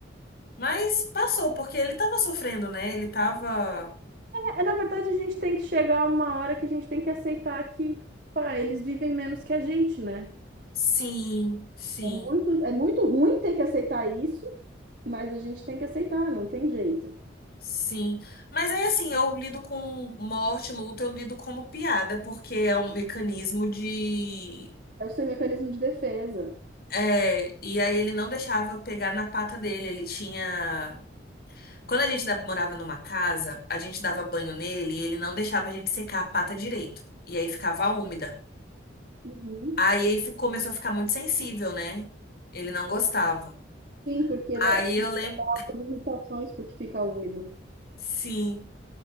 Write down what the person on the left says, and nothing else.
Mas passou, porque ele tava sofrendo, né? Ele tava.
Sim, sim,
sim. Mas aí, assim, eu lido com morte, luto, eu lido como piada, porque é um mecanismo de.
É, e aí ele não deixava eu pegar na pata dele. Ele tinha. Quando a gente da- morava numa casa, a gente dava banho nele e ele não deixava a gente secar a pata direito. E aí ficava úmida.
Aí ele fi- começou a ficar muito sensível, né? Ele não gostava.
Aí
eu lembro.
Sim.